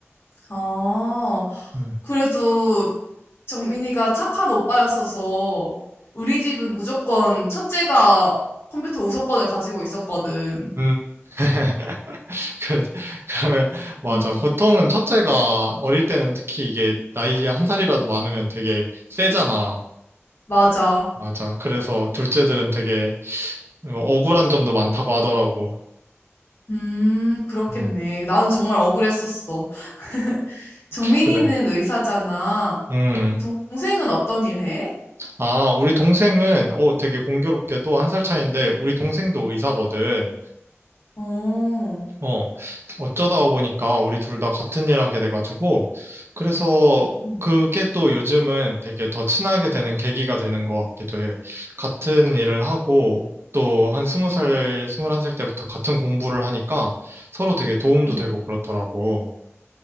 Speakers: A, on the left (about 60°); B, on the right (about 55°).
A: 아,
B: 음.
A: 그래도 정민이가 착한 오빠였어서 우리 집은 무조건 첫째가 컴퓨터 우선권을 가지고 있었거든.
B: 음. <laughs> 그래, 그러면 맞아.
A: 음.
B: 보통은 첫째가 어릴 때는 특히 이게 나이가 한 살이라도 많으면 되게 세잖아.
A: 맞아.
B: 맞아. 그래서 둘째들은 되게 어, 억울한 점도 많다고 하더라고.
A: 음, 그렇겠네.
B: 음.
A: 나는 정말 억울했었어. <laughs> 정민이는
B: 그러니.
A: 의사잖아.
B: 음.
A: 동생은 어떤 일 해?
B: 아, 우리 동생은, 어, 되게 공교롭게도 한 살 차인데 우리 동생도 의사거든.
A: 어,
B: 어, 어쩌다 보니까 우리 둘 다 같은 일 하게 돼가지고, 그래서
A: 음,
B: 그게 또 요즘은 되게 더 친하게 되는 계기가 되는 것 같기도 해. 같은 일을 하고, 또 한 스무 살, 스물한 살 때부터 같은 공부를 하니까 서로 되게 도움도
A: 음.
B: 되고 그렇더라고.